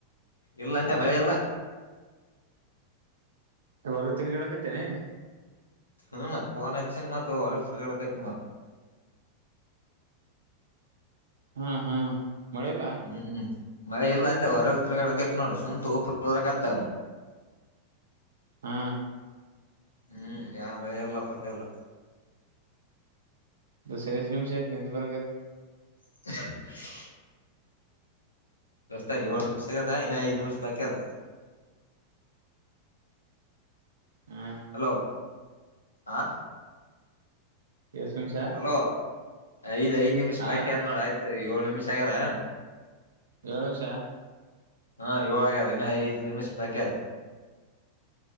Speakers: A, on the left; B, on the right.
A: ಇಲ್ಲ ಅಂದೆ ಮಳೆ ಇಲ್ಲ.
B: ಹೊರಗ ತಿರ್ಗಿಡಗೈತೇನೆ.
A: ಹ್ಮ ಪೋನ್ನ್ ಮತ ಹೊರಗ ತಿರ್ಗಾಡಾಕತ್ನಿ ನಾ.
B: ಹ್ಮ ಹ್ಮ ಮಳೆ ಇಲ್ಲ.
A: ಹ್ಮ್ ಮಳೆ ಇಲ್ಲ ಅಂದೆ ಹೊರಗ್ ತಿಗಡೆಗೈತ್ ನೋಡು ಸುಮ್ ತೋಪದತ್ತ.
B: ಹಾ.
A: ಹ್ಮ್ ಯಾವ ಮಳೆ ಎಲ್ಲಪ್ಪ ಇಲ್ಲ.
B: ದೋಸ್ತ ಎಸ್ ನಿಮಶ ಆತ ನಿದ್ದ ಬರಗ.
A: <unintelligible> ರಸ್ತ ಏಳು ನಿಮಿಷ ಆಗದ ಇನ್ನ ಐದು ನಿಮಿಷ ಬಾಕಿ ಅದ.
B: ಹಾ
A: ಹಲೋ ಹಾ.
B: ಎಸ್ ನಿಮಷಾ.
A: ಹಲೋ ಐದ್ಐದ್ ನಿಮಿಷ್
B: ಹಾ
A: ಬಾಕಿ ಅದ ನೋಡ ಆಯ್ತು ಏಳ್ ನಿಮಿಷ ಆಗ್ಯದ.
B: ಏಳು ನಿಮಷ.
A: ಹಾ ಏಳ ಅಗೆದ ಇನ ಐದು ನಿಮಿಷ ಬಾಕಿ ಅದ.